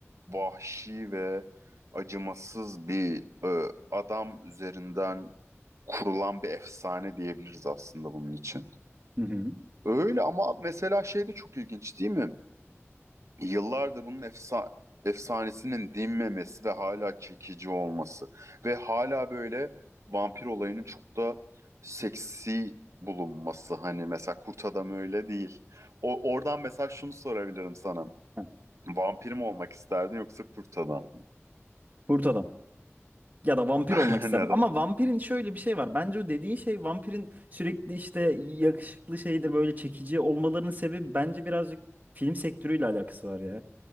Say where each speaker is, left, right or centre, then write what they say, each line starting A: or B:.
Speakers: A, on the right (about 80°); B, on the right (about 35°).
A: vahşi ve acımasız bir e, adam üzerinden kurulan bir efsane diyebiliriz aslında bunun için.
B: Hı hı.
A: Öyle ama mesela şey de çok ilginç değil mi? Yıllardır bunun efsa efsanesinin dinmemesi ve hala çekici olması ve hala böyle vampir olayının çok da seksi bulunması hani mesela Kurt Adam öyle değil. O oradan mesela şunu sorabilirim sana.
B: Heh,
A: Vampir mi olmak isterdin yoksa kurt adam? mı?
B: Kurt adam. Ya da vampir
A: <laughs>
B: olmak isterdim.
A: Neden?
B: Ama vampirin şöyle bir şey var. Bence o dediğin şey vampirin sürekli işte yakışıklı şeydir böyle çekici olmalarının sebebi bence birazcık film sektörüyle alakası var ya.